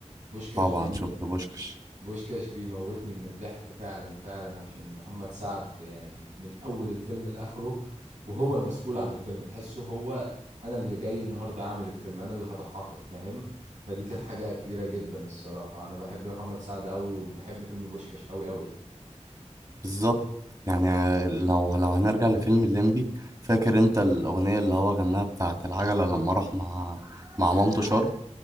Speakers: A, on the right (about 80°); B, on the right (about 30°).
A: بوشكاش
B: طبعا
A: بي
B: شفت بوشكش
A: بوشكاش بيموتني من الضحك فعلا فعلا عشان محمد سعد يعني من أول الفيلم لآخره وهو المسؤول عن الفيلم تحسه هو أنا اللي جاي النهاردة أعمل الفيلم أنا اللي هضحكك فاهم فدي كانت حاجة كبيرة جدا الصراحة أنا بحب محمد سعد أوي وبحب فيلم بوشكاش أوي أوي يعني
B: بالظبط يعني لو لو هنرجع لفيلم الليمبي فاكر انت الاغنيه اللي هو غناها بتاعت العجله لما راح مع مع مامته شرم